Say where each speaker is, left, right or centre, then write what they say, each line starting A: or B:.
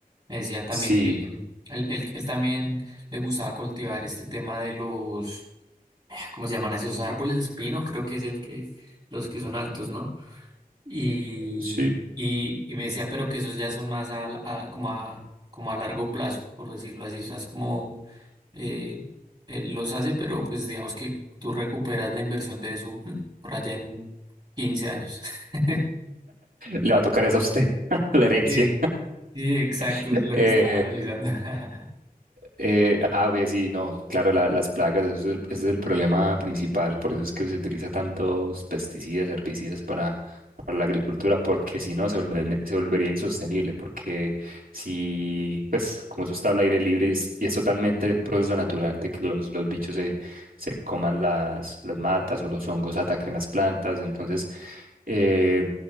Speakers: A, on the right; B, on the right.
A: Me decía también
B: sí,
A: que él, él- él también le gustaba cultivar este tema de los, ¿cómo se llaman esos árboles? Espino, creo que es el que, los que son altos, ¿no? Y,
B: sí.
A: y, y me decía, pero que esos ya son más a, a- como a, como a largo plazo, por decirlo así. O sea, es como eh, eh, los hace, pero pues digamos que tú recuperas la inversión de eso mm, por allá en 15 años. <laughs>
B: Le va a tocar esa a usted, <laughs> la herencia.
A: Sí, sí, exacto,
B: <laughs>
A: es lo
B: Eh,
A: que estaba analizando. <laughs>
B: Eh, a ver, sí, no, claro, la- las plagas, eso es el, ese es el problema principal, por eso es que se utiliza tantos pesticidas, herbicidas para, para la agricultura, porque si no se volver- se volvería insostenible, porque si, pues, como eso está al aire libre y es, y es totalmente un proceso natural de que los, los bichos se, se coman las, las matas o los hongos ataquen las plantas, entonces, eh,